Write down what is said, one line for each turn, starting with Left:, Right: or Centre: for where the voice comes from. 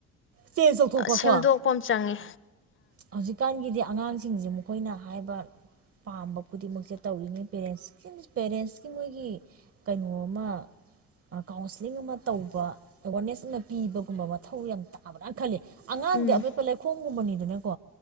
Right: ꯆꯦꯟꯖ ꯇꯧꯊꯣꯛꯄꯀꯣ
Left: ꯁꯦꯝꯗꯣꯛꯄ ꯑꯃ ꯆꯪꯉꯤ
Right: ꯍꯧꯖꯤꯛꯀꯥꯟꯒꯤꯗꯤ ꯑꯉꯥꯡꯁꯤꯡꯁꯦ ꯃꯈꯣꯏꯅ ꯍꯥꯏꯕ ꯄꯥꯝꯕ ꯈꯨꯗꯤꯡꯃꯛꯁꯦ ꯇꯧꯔꯤꯅꯤ ꯄꯦꯔꯦꯟꯁꯀꯤ ꯄꯦꯔꯦꯟꯁꯀꯤ ꯃꯣꯏꯒꯤ ꯀꯩꯅꯣꯃ ꯀꯥꯎꯟꯁꯂꯤꯡ ꯑꯃ ꯇꯧꯕ ꯑꯦꯋꯥꯔꯅꯦꯁ ꯑꯃ ꯄꯤꯕꯒꯨꯝꯕ ꯃꯊꯧ ꯌꯥꯝ ꯇ ꯕ꯭ꯔꯅ ꯈꯜꯂꯤ ꯑꯉꯥꯡꯗꯤ
Left: ꯎꯝ
Right: ꯑꯄꯤꯦꯠꯄ ꯂꯩꯈꯣꯡꯝꯒꯨꯝꯕꯅꯤꯗꯨꯅꯀꯣ